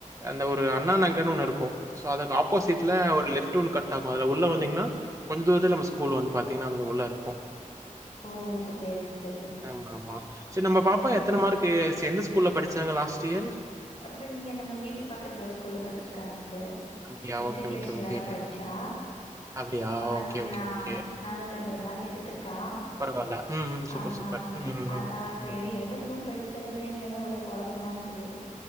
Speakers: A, on the right (about 25°); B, on the left (about 40°).
A: அந்த ஒரு அண்ணா நகர்னு ஒன்னு இருக்கு சோ அதுக் ஆப்போசிட்ல ஒரு லெஃப் டு ஒன்னு கட் ஆகு அதுல உள்ள வந்தீங்னா கொஞ்ச இதுல நம்ம ஸ்கூல் வந்து பாத்தீங்னா உள்ள இருக்கு
B: ஓ செரிங்க சார் சேரிங்க
A: ஆமா
B: சார்
A: ஆமா செரி நம்ப பாப்பா எத்தன மார்க்கு எஸ் எந்த ஸ்கூல்ல படிச்சாங்க லாஸ்ட் இயர்
B: அப்ப நீங்க நம்ம வீட்டு பக்கத்ல ஒரு ஸ்கூல்ல படிச்சிருக்காங்க சார்
A: அப்டியா?
B: மெட்ரிகுலேஷன்லதா
A: ஓகே, ஓகே, ஓகே.
B: படிச்சா
A: அப்டியா?
B: ஆ அல்லெ
A: ஓகே, ஓகே,
B: நா
A: ஓகே.
B: நானூத்தி அம்பது மார்க் எடுத்திருக்கா
A: பரவால்ல. ம், ம். சூப்பர்,
B: அ
A: சூப்பர்.
B: ஆ
A: ம், ம், ம்,
B: அதா செரி
A: ம், ம்.
B: எந்த குரூப் எடுக்கறது என்னன் ஒரே கொழப்பமா இருக்குது